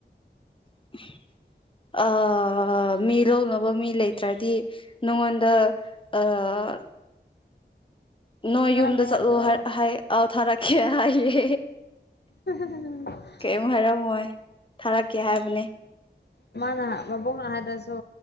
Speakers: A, on the left; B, on the left.
A: <unintelligible> ꯑ ꯃꯤ ꯂꯧꯅꯕ ꯃꯤ ꯂꯩꯇ꯭ꯔꯗꯤ ꯅꯉꯣꯟꯗ ꯑ ꯅꯣꯏ
B: ꯊꯥꯔꯛꯈ꯭ꯔꯦ
A: ꯌꯨꯝꯗ ꯆꯠꯂꯣ
B: ꯍꯥꯏꯕ꯭ꯔꯣ
A: ꯍꯥꯏ ꯑꯥꯎ ꯊꯥꯔꯛꯀꯦ ꯍꯥꯏꯌꯦ
B: <unintelligible>
A: ꯀꯔꯤꯝ ꯍꯥꯏꯔꯝꯃꯣꯏ ꯊꯥꯔꯛꯀꯦ ꯍꯥꯏꯕꯅꯦ
B: ꯃꯥꯅ ꯃꯕꯣꯛꯅ ꯍꯥꯏꯗ꯭ꯔꯁꯨ